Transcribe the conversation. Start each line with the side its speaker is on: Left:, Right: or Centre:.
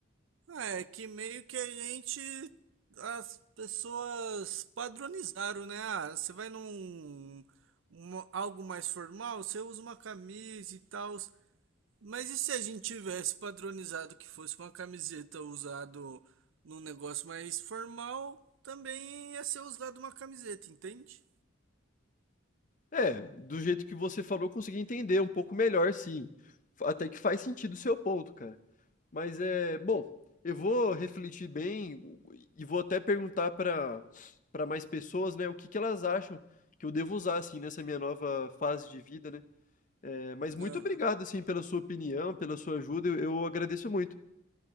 Right: Ah, é que meio que a gente as pessoas padronizaram, né? Ah, você vai num uma- algo mais formal, você usa uma camisa e tal. Mas e se a gente tivesse padronizado que fosse uma camiseta usado num negócio mais formal, também ia ser usado uma camiseta, entende?
Left: É, do jeito que você falou, eu consegui entender um pouco melhor, sim. Até que faz sentido o seu ponto, cara. Mas é, bom, eu vou refletir bem e vou até perguntar para para mais pessoas, né, o que que elas acham que eu devo usar assim nessa minha nova fase de vida, né? É, mas muito
Right: Aham.
Left: obrigado assim pela sua opinião, pela sua ajuda, eu, eu agradeço muito.